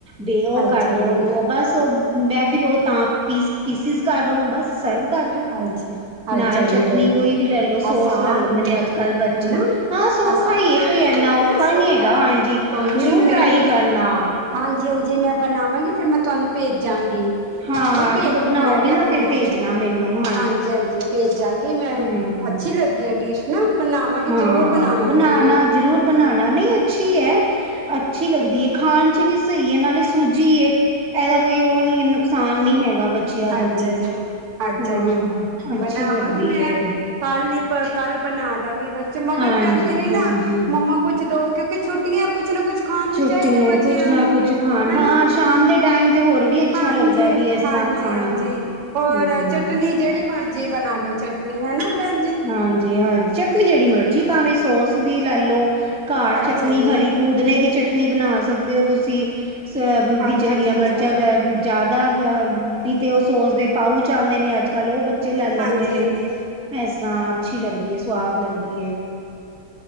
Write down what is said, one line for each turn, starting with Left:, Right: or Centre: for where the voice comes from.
Centre: ਤੇ ਉਹ
Right: ਅੱਛਾ
Centre: ਕਰ ਦੋ
Right: ਜੀ
Centre: ਉਹਨੂੰ ਆ ਸੋ। ਮੈਂ ਫਿਰ ਉਹ ਤਾਂ ਪੀਸ ਪੀਸਿਸ ਕਰ ਲਉ ਬਸ ਸਰਵ। ਕਰਦੋ
Right: ਅੱਛਾ ਅੱਛਾ
Centre: ਨਾਲ ਚਟਨੀ
Right: ਜੀ ਬੜੇ
Centre: ਕੋਈ ਵੀ ਲੈ ਲੋ, ਸੋਸ
Right: ਆਸਾਨ
Centre: ਲੈ ਲੈਂਦੇ ਨੇ
Right: ਹੈ
Centre: ਅੱਜ ਕੱਲ ਬੱਚੇ।
Right: ਹੈ ਨਾ
Centre: ਹਾਂ ਸੌਖਾ
Right: ਆਸਾਨ
Centre: ਹੀ ਹੈ ਕੋਈ ਇਨਾ
Right: ਹੈ
Centre: ਔਖਾ
Right: ਨਾ ਸੁੱਖ
Centre: ਨੀ, ਹੈਗਾ
Right: ਹੈ
Centre: ਹਾਂਜੀ
Right: ਕੋਈ ਨਹੀਂ
Centre: ਜ਼ਰੂਰ
Right: ਮੈਂ
Centre: ਟਰਾਈ
Right: ਵੀ
Centre: ਕਰਨਾ
Right: ਹਾਂਜੀ ਹਾਂਜੀ ਮੈਂ ਬਣਾਵਾਂਗੀ। ਫੇਿਰ ਮੈਂ ਤੁਹਾਨੂੰ ਭੇਜਾਂ ਗੀ
Centre: ਹਾਂ
Right: ਠੀਕ ਹੈ,
Centre: ਜਦੋਂ ਬਣਾਓਗੇ
Right: ਮੈਂ ਵੀ ਆਪਣੇ
Centre: ਨਾ ਫਿਰ ਭੇਜਣਾ
Right: ਹੱਥ।
Centre: ਮੈਨੂੰ।
Right: ਹਾਂਜੀ ਹਾਂਜੀ ਭੇਜਾਂਗੀ ਮੈਂ,
Centre: ਹਮ
Right: ਅੱਛੀ ਲੱਗੀ ਆ ਡਿਸ਼ ਨਾ। ਬਣਾਵਾਂਗੀ
Centre: ਹਾਂ
Right: ਜਰੂਰ ਬਣਾਵਾਂਗੀ
Centre: ਬਣਾਣਾ
Right: ਮੈਂ।
Centre: ਜ਼ਰੂਰ ਬਣਾਉਣਾ ਨਹੀਂ ਅੱਛੀ ਹੈ। ਅੱਛੀ ਲੱਗਦੀ ਹੈ, ਖਾਣ ਚ ਵੀ ਸਹੀਹੈ, ਨਾਲੇ ਸੂਜੀ। ਇਹਦਾ ਕੋਈ ਉਹ ਨਹੀਂ, ਨੁਕਸਾਨ ਨਹੀਂ ਹੈਗਾ ਬੱਚੇ। ਬੱਚਿਆਂ ਨੂੰ
Right: ਅੱਛਾ
Centre: ਵੀ
Right: ਜੀ ਅੱਛਾ
Centre: ਹਾਂ,
Right: ਜੀ
Centre: ਅੱਛੀ
Right: ਬਣਾਵਾਂਗੀ
Centre: ਲੱਗਦੀ
Right: ਮੈਂ
Centre: ਹੈ।
Right: ਕੱਲ ਨੀਂ ਕੱਲ ਬਣਾ ਦਾਂ ਗਿ, ਬਚੇ ਮਗਰ
Centre: ਹਾਂਜੀ
Right: ਪੈਂਦੇ ਨੇ ਨਾ
Centre: ਹਾਂਜੀ
Right: ਮਮਾ ਕੁਛ ਦੋ। ਕਿਉਂਕਿ ਛੁੱਟੀਆਂ ਕੁਛ ਨਾ ਕੁਛ ਖਾਣ ਨੂੰ
Centre: ਛੁੱਟੀ
Right: ਚਾਹੀਦਾ,
Centre: ਹੈ
Right: ਬੱਚਿਆਂ
Centre: ਕੁਛ ਨਾ
Right: ਨੂੰ
Centre: ਕੁਛ ਖਾਣ
Right: ਹਨਾ।
Centre: ਹਾਂ ਸ਼ਾਮ ਦੇ ਟਾਈਮ ਤੇ ਹੋਰ ਵੀ ਅੱਛਾ
Right: ਹਾਂਜੀ
Centre: ਲੱਗਦਾ ਵੀ ਇਸ
Right: ਹਾਂਜੀ।
Centre: ਤਰ੍ਹਾਂ ਖਾਣਾ
Right: ਜੀ ਹਾਂਜੀ ਔਰ
Centre: ਹਮ
Right: ਚਟਨੀ ਜਿਹੜੀ ਮਰਜ਼ੀ ਬਣਾ ਲੋ, ਚਟਨੀ ਹੈਾ ਨਾ ਭੈਣ ਜੀ।
Centre: ਹਾਂਜੀ ਹਾਂਜੀ ਚਟਨੀ ਜਿਹੜੀ ਮਰਜ਼ੀ ਭਾਵੇਂ ਸੋਸ ਦੀ ਲੈ ਲੋ ਘਰ
Right: ਅੱਛਾ
Centre: ਚਟਨੀ
Right: ਜੀ
Centre: ਹਰੀ ਭੂ। ਪਉਦੇਨੇ ਦੀ ਚਟਨੀ ਬਣਾ ਸਕਦੇ ਹੋ, ਤੁਸੀਂ ਅ ਵਿੱਚ
Right: ਅੱਛਾ
Centre: ਹਰੀਆਂ
Right: ਜੀ
Centre: ਮਿਰਚਾਂ
Right: ਅੱਛਾ
Centre: ਜਾਂ। ਜ਼ਿਆਦਾ ਵੀ ਤੇ ਉਹ ਸੋਸ ਦੇ ਪਾਊ ਚ ਆਉਂਦੇ ਨੇ ਅੱਜ ਕੱਲ੍ਹ ਉਹ ਬੱਚੇ ਲੈ ਲੈਂਦੇ
Right: ਹਾਂਜੀ
Centre: ਨੇ।
Right: ਹਾਂਜੀ
Centre: ਇਸ ਤਰ੍ਹਾਂ ਅੱਛੀ ਲੱਗਦੀ ਹੈ, ਸੁਵਾਦ ਲੱਗਦੀ।